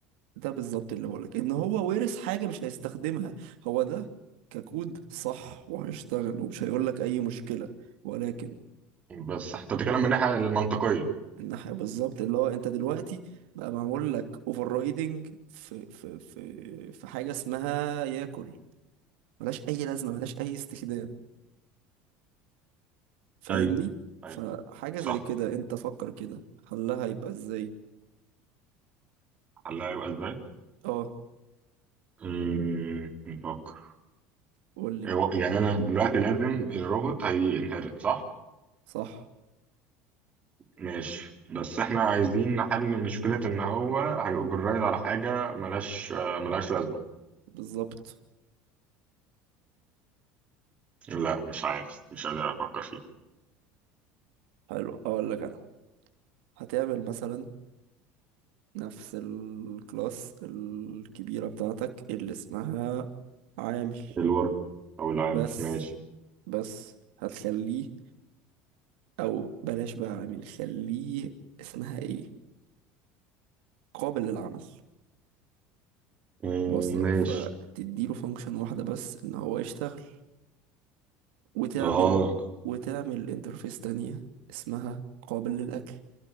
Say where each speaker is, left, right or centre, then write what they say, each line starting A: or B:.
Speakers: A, on the right; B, on the right.
A: ده بالظبط اللي بقولك ان هو وارث حاجة مش هيستخدمها هو ده ككود صح وهيشتغل ومش هيقولك اي مشكلة ولكن
B: بس انت بتتكلم من الناحيه المنطقيه
A: الناحية بالظبط اللي هو انت دلوقتي بقى معمول لك اوفر رايدنج في في في في حاجة اسمها ياكل ملهاش اي لازمة ملهاش اي استخدام فاهمني
B: ايوه ايوه
A: فحاجة
B: صح
A: زي كده انت فكر كده حلها يبقى ازاي
B: حلها هيبقى ازاي
A: اه
B: امم نفكر
A: قول لي
B: هو-
A: بقى
B: يعني انا دلوقتي لازم الروبوت هينهرت صح
A: صح
B: ماشي بس احنا عايزين نحل مشكله ان هو هيوفررايد على حاجه ملهاش آه، ملهاش لازمه
A: بالظبط
B: لا مش عارف مش قادر افكر فيه
A: حلو اقول لك انا هتعمل مثلا نفس الكلاس الكبيرة بتاعتك اللي اسمها عامل
B: الورك او العامل
A: بس
B: ماشي
A: بس هتخليه او بلاش بقى عامل خليه اسمها ايه قابل للعمل
B: مم،
A: بص فتديله
B: ماشي
A: فانكشن واحدة بس ان هو يشتغل وتعمل
B: اه
A: وتعمل انترفيس تانية اسمها قابل للأكل